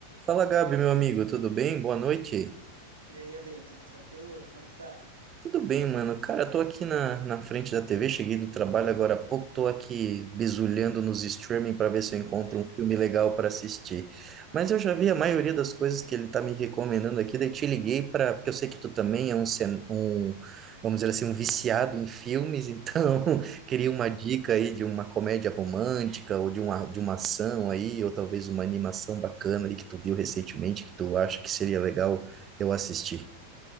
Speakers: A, on the right; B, on the right.
A: Fala, Gabi, meu amigo, tudo bem? Boa noite.
B: E aí, Alê, tudo tranquilo? Como é que tá?
A: Tudo bem, mano. Cara, eu tô aqui na, na frente da TV, cheguei do trabalho agora há pouco, tô aqui bisulhando nos streaming para ver se eu encontro
B: <laughs>
A: um filme legal para assistir. Mas eu já vi a maioria das coisas que ele tá me recomendando aqui, daí te liguei para, porque eu sei que tu também é um, cen- um, vamos dizer assim, um viciado em filmes, então <laughs> queria uma dica aí de uma comédia romântica ou de uma, de uma ação aí, ou talvez uma animação bacana aí que tu viu recentemente que tu acha que seria legal eu assistir.